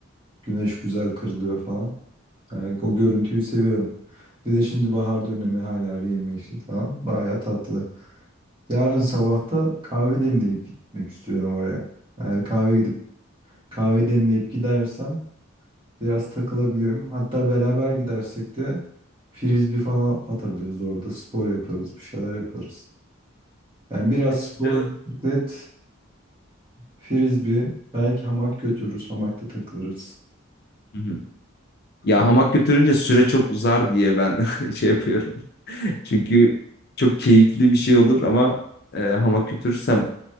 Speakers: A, on the right; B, on the left.
A: Güneş güzel kırılıyor falan. Yani o görüntüyü seviyorum. Bir de şimdi bahar dönemi her yer yemyeşil falan. Bayağı tatlı. Yarın sabah da kahve demleyip gitmek istiyorum oraya. Eğer kahve gidip kahve demleyip gidersem biraz takılabilirim. Hatta beraber gidersek de frisbee falan atabiliriz orada. Spor yaparız, bir şeyler yaparız. Yani biraz
B: Evet,
A: spor,
B: güzel.
A: bisiklet, frisbee, belki hamak götürürüz, hamakta takılırız.
B: Hı hı. Ya
A: Evet,
B: hamak götürünce süre çok uzar diye ben <laughs> şey yapıyorum. <laughs> Çünkü çok keyifli bir şey olur ama e, hamak götürürsem